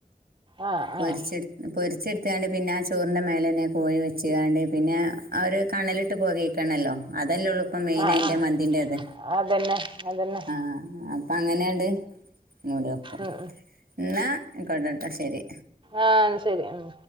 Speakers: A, on the right; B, on the right.
A: ആഹ്
B: പൊരിച്ചടു
A: ആഹ്
B: പൊരിച്ചെടു എത്താണ്ട് പിന്നെ ആ ചോറിൻ്റെ മേല തന്നെ കോഴി വെച്ചാണ്ട് പിന്നെ അവർ കണലിട്ട് പെകയ്കണമല്ലോ അതല്ലേള്ളൂ മെൻ
A: ആഹ്
B: അത്
A: ആഹ്
B: മന്തിന്റെത്.
A: അതന്നെ അതന്നെ
B: ആ അപ്പഅങ്ങനെയാണ്ട് മൂടി വെക്കും.
A: ഉം
B: എന്നാ കൊണ്ടോട്ടേ ശരി.
A: ആ ശരി ഉം.